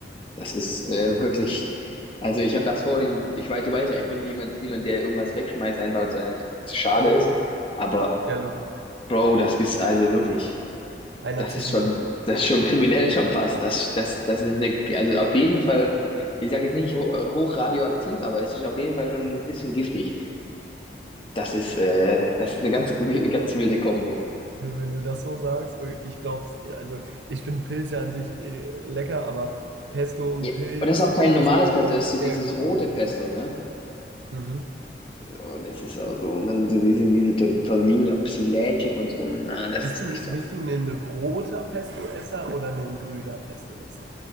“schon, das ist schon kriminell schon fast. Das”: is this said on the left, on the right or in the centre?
Left